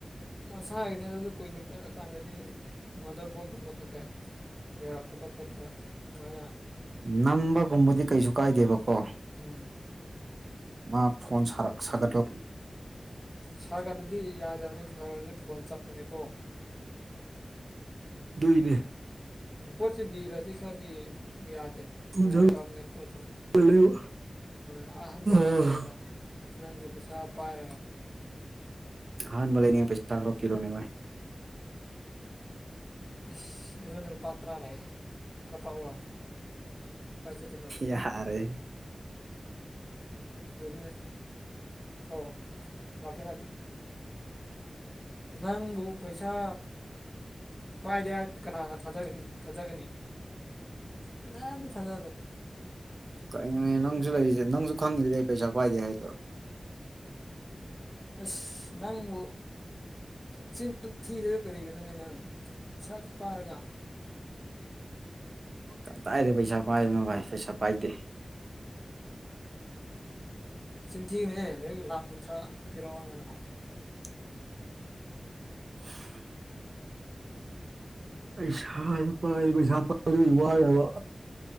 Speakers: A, in the centre; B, on the right.
A: ꯃꯁꯥꯒꯤꯅꯤ ꯑꯗꯨ ꯀꯨꯏꯅ ꯄꯥꯏꯔꯛꯑ ꯀꯥꯟꯗꯗꯤ ꯍꯥꯏ ꯃꯥꯗꯔ ꯕꯣꯏꯒꯨꯝꯕ ꯈꯥ ꯈꯥ ꯌꯥꯔꯛꯇꯕ ꯈꯣꯠꯂꯨꯕ ꯁꯨꯃꯥꯏꯅ
B: ꯅꯝꯕꯒꯨꯝꯕꯗꯤ ꯀꯩꯁꯨ ꯀꯥꯏꯗꯦꯕꯀꯣ
A: ꯎꯝ
B: ꯃꯥ ꯐꯣꯟ ꯁꯥꯒꯠ ꯁꯥꯒꯠꯂꯦ
A: ꯁꯥꯀꯠꯂꯗꯤ ꯌꯥꯗꯕꯅꯤ ꯐꯔꯗꯤ ꯐꯣꯟ ꯆꯥꯞꯄꯅꯤꯀꯣ
B: ꯗꯨꯢꯅꯦ
A: ꯄꯣꯠꯁꯤ ꯂꯤꯔꯗꯤ ꯈꯔꯗꯤ ꯌꯥꯗꯦ
B: ꯊꯨꯅ
A: ꯅꯨꯡꯉꯥꯏꯇꯕꯅꯦ ꯄꯣꯠꯁꯨ
B: ꯁꯥꯒꯠꯂꯦꯕ
A: ꯍꯣꯏ ꯑꯍꯥꯟꯕ
B: ꯑꯥ
A: ꯑꯃꯨꯛ ꯂꯩꯕꯗ ꯅꯪꯁꯦ ꯄꯩꯁꯥ ꯄꯥꯏꯔꯒ
B: ꯑꯍꯥꯟꯕ ꯂꯩꯅꯤꯡꯉꯥꯢ ꯄꯩꯁ ꯈꯔ ꯄꯤꯔꯣꯅꯦ ꯚꯥꯏ
A: ꯑꯁ ꯑꯩꯉꯣꯟꯗ ꯂꯨꯄꯥ ꯇꯔꯥ ꯂꯥꯛꯑꯦ ꯀꯥꯞꯄꯛ ꯎꯔꯣ ꯀꯥꯏ ꯆꯠꯇꯨꯢꯅꯣ
B: ꯌꯥꯔꯦ
A: ꯨꯑꯗꯣ ꯑꯣ ꯂꯛꯀꯦ ꯂꯛꯀꯦ ꯅꯪꯕꯨ ꯄꯩꯁꯥ ꯕꯥꯏꯗꯦ ꯀꯅꯥꯅ ꯊꯥꯖꯅꯤ ꯊꯥꯖꯒꯅꯤ ꯀꯅꯥꯝꯇ ꯊꯥꯖꯗꯔꯦ
B: ꯀꯩꯒꯤꯅꯣ ꯅꯪꯁꯨ ꯂꯩꯔꯤꯁꯦ ꯅꯪꯁꯨ ꯈꯪꯗ꯭ꯔꯤꯗꯤ ꯑꯩ ꯄꯩꯁꯥ ꯄꯥꯏꯗꯦ ꯍꯥꯏꯗꯣ
A: ꯑꯁ ꯅꯪꯕꯨ ꯆꯤꯟ ꯊꯤꯔꯒ ꯀꯔꯤꯒꯤꯅꯣꯅꯦ ꯅꯪ ꯄꯩꯁꯥꯗꯨ ꯄꯥꯔꯒ
B: ꯀꯇꯥꯏꯗꯩ ꯄꯩꯁꯥ ꯄꯥꯏꯕꯅꯣ ꯚꯥꯏ ꯄꯩꯁꯥ ꯄꯥꯏꯗꯦ
A: ꯆꯤꯟꯔꯤꯅꯦ ꯅꯣꯏ ꯂꯥꯛ ꯀꯨꯟꯊ꯭ꯔꯥ ꯄꯤꯔꯛꯑꯣ ꯑꯩꯉꯢꯡꯗ
B: <unintelligible> ꯎ <inaudible> ꯄꯩꯁꯥ ꯄꯥꯏ ꯄꯩꯁꯥ ꯄꯥꯢꯕꯗꯨ ꯑꯩ ꯋꯥꯢꯕ